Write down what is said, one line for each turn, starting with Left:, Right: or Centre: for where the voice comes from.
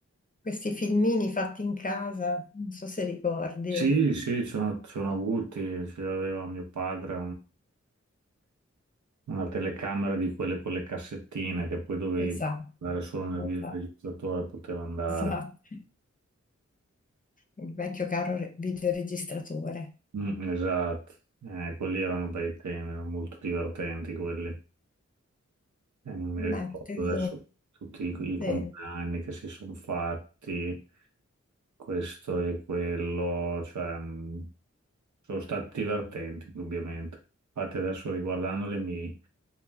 Left: questi filmini fatti in casa, non so se ricordi.
Right: Sì, sì, ci sono, ci sono avuti, ce l'aveva mio padre una telecamera di quelle con le cassettine che poi dovevi
Left: Esatto,
Right: far andare solo nel
Left: esatto,
Right: videoregistratore, poteva andare.
Left: esatto. Il vecchio caro re- videoregistratore.
Right: Mm, esatto, Eh, quelli erano bei temi, erano molto divertenti quelli. Eh, non mi ricordo
Left: Ma te- sì,
Right: adesso tutti i, i compleanni
Left: sì,
Right: che si sono fatti, questo e quello, cioè mh, sono stati divertenti, indubbiamente. Infatti adesso riguardandoli mi,